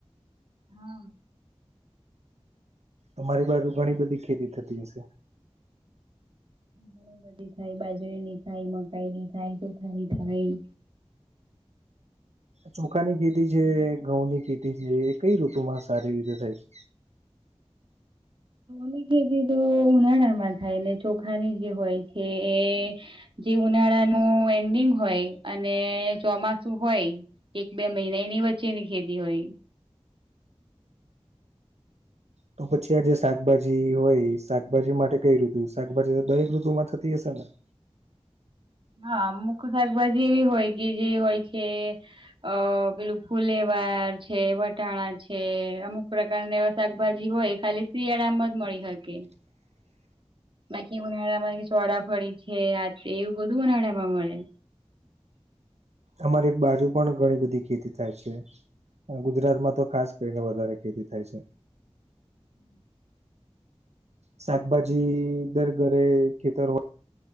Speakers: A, on the right; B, on the right.
A: હા
B: તમારી બાજુ ઘણી બધી ખેતી થતી હશે
A: ઘણી બધી થાય બાજરી ની થાય મકાઈ ની થાય તો ખારી થાય
B: ચોખાની ખેતી છે ઘઉં ની ખેતી છે એ કઈ ઋતુમાં સારી રીતે થાય છે
A: ની ખેતી તો ઉનાળામાં થાય ને ચોખાની જે હોય છે એ જે ઉનાળાનું એન્ડિંગ હોય અને ચોમાસું હોય એક બે મહિના એની વચ્ચે ની ખેધી હોય
B: તો પછી આ જે શાકભાજી હોય શાકભાજી માટે કઈ ઋતુ શાકભાજી દરેક ઋતુ માં થતી હશે ને
A: હા અમુક શાકભાજી એવી હોય કે જે હોય છે અ પેલું ફુલેવાર છે વટાણા છે અમુક પ્રકારને શાકભાજી હોય ખાલી શિયાળામાં જ મળી શકે
B: હ
A: બાકી ઉનાળા માં ચોરાફરી છે આ એવું બધું ઉનાળામાં મળે
B: અમારી બાજુ પણ ઘણી બધી ખેતી થાય છે ગુજરાતમાં તો ખાસ કરીને વધારે ખેતી થાય છે
A: હમ
B: શાકભાજી ઘર ઘરે ખેતર વ